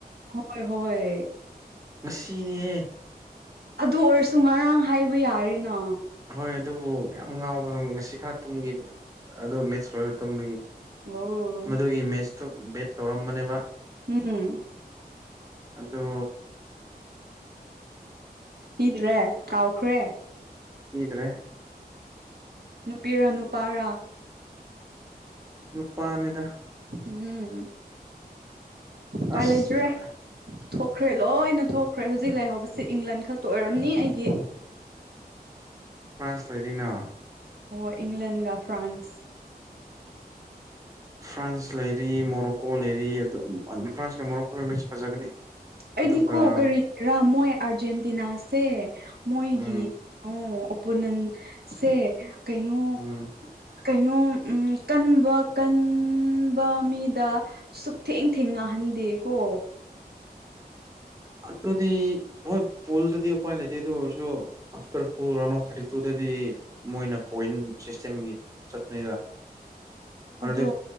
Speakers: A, on the right; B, on the right.
A: ꯍꯣꯏ ꯍꯣꯏ
B: ꯉꯁꯤꯅꯦꯍꯦ
A: ꯑꯗꯨ ꯑꯣꯏꯔꯁꯨ ꯉꯔꯥꯡ ꯍꯥꯏꯕ ꯌꯥꯔꯦꯅ
B: ꯍꯣꯏ ꯑꯗꯨꯕꯨ ꯌꯥꯝ ꯉꯥꯎꯕꯗꯣ ꯉꯁꯤ ꯈꯔ ꯇꯨꯝꯈꯤꯕ ꯑꯗꯨ ꯃꯦꯠꯁ ꯂꯣꯏꯔ ꯇꯨꯝꯕꯒꯤ
A: ꯑꯣ
B: ꯃꯗꯨꯒꯤ ꯃꯦꯠꯆꯇꯨ ꯕꯦꯠ ꯇꯧꯔꯝꯕꯅꯦꯕ
A: ꯎꯝ
B: ꯑꯗꯣ
A: ꯄꯤꯗ꯭ꯔꯦ ꯀꯥꯎꯈ꯭ꯔꯦ
B: ꯏ꯭ꯗꯔꯦ
A: ꯅꯨꯄꯤꯔꯥ ꯅꯨꯄꯥꯔꯥ
B: ꯅꯨꯄꯥꯅꯤꯗ
A: ꯎꯝ ꯎꯄꯥꯏ
B: ꯑꯁ
A: ꯂꯩꯇ꯭ꯔꯦ ꯊꯣꯛ ꯈ꯭ꯔꯦ ꯂꯣꯏꯅ ꯊꯣꯛꯈ꯭ꯔꯦ ꯍꯧꯖꯤꯛ ꯂꯩꯍꯧꯕꯁꯤ ꯏꯪꯂꯟ ꯈꯛꯇ ꯑꯣꯏꯔꯝꯅꯤ ꯑꯩꯒꯤ
B: ꯐ꯭ꯔꯥꯟꯁ ꯂꯩꯔꯤꯅ
A: ꯑꯣ ꯏꯪ꯭ꯂꯦꯟꯒ ꯐ꯭ꯔꯥꯟꯁ
B: ꯐ꯭ꯔꯥꯟꯁ ꯂꯩꯔꯤ ꯃꯣꯔꯣꯀꯣ ꯂꯩꯔꯤ ꯑꯗꯨ ꯐ꯭ꯔꯥꯟꯁꯀ ꯃꯣꯔꯣꯀꯣꯒ ꯃꯦꯁ ꯐꯖꯒꯅꯤ
A: ꯑꯩꯗꯤꯀꯣ
B: ꯑꯗꯨꯒ
A: ꯀꯔꯤꯔꯥ ꯃꯣꯏ ꯑꯔꯖꯦꯟꯇꯤꯅꯥꯁꯦ ꯃꯣꯏꯒꯤ
B: ꯎꯝ
A: ꯀꯩꯅꯣ ꯄꯨꯅꯟꯁꯦ ꯀꯩꯅꯣ
B: ꯎꯝ
A: ꯀꯩꯅꯣ ꯎꯝ ꯀꯟꯕ ꯀꯟꯕ ꯃꯤꯗ ꯁꯨꯞꯊꯦꯡ ꯊꯦꯡꯅꯍꯟ ꯗꯦꯀꯣ
B: ꯑꯗꯨꯗꯤ ꯍꯣꯏ ꯄꯨꯜꯗꯗꯤ ꯎꯄꯥꯏ ꯂꯩꯇꯦ ꯑꯗꯨ ꯑꯣꯏꯔꯁꯨ ꯑꯐꯠꯔ ꯄꯨꯜ ꯔꯥꯎꯟ ꯑꯣꯐ ꯊꯠꯇꯤꯇꯨ ꯍꯥꯏꯗꯤ ꯃꯣꯏꯅ ꯄꯣꯏꯟ ꯁꯤꯁꯇꯦꯝꯒꯤ ꯆꯠꯄꯅꯤꯗ ꯑꯗꯨꯗꯤ
A: ꯑꯗꯣ